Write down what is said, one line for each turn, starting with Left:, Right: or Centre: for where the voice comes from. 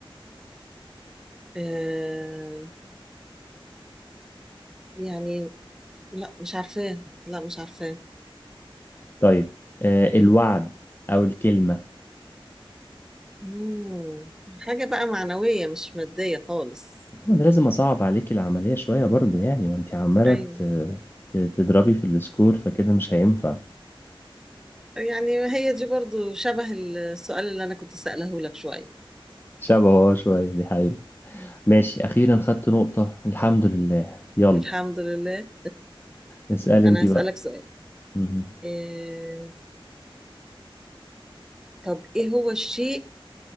Centre: آه يعني لا مش عارفاه لا مش عارفاه
Left: طيب آه الوعد او الكلمة
Centre: مم. حاجة بقى معنوية مش مادية خالص
Left: هو انا لازم اصعب عليك العملية شوية برضو يعني وانت عمالة
Centre: أيوة
Left: ت- ت- تضربي في السكور فكده مش هينفع
Centre: يعني هي دي برضو شبه السؤال اللي أنا كنت سأله لك شوية
Left: شبهه اه شوية دي حقيقة
Centre: مم.
Left: ماشي أخيرا خدت نقطة الحمد لله يلا
Centre: الحمد لله
Left: اسألي
Centre: أنا
Left: انت بقى
Centre: هسألك سؤال
Left: مهم.
Centre: إيه... طب إيه هو الشيء